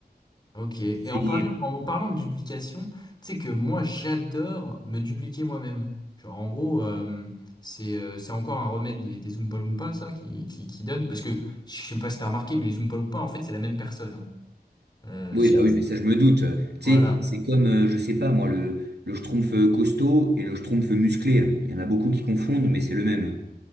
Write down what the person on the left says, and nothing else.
Ok. Et
en parlant, en parlant de duplication, tu sais que moi j'adore me dupliquer moi-même. Genre en gros, euh, c'est euh, c'est encore un remède des, des Oompa Loompa, ça, qui, qui, qui donne. Parce que je sais pas si t'as remarqué, mais les Oompa Loompa, en fait, c'est la même personne. hein. Euh,
c'est
juste-
Voilà.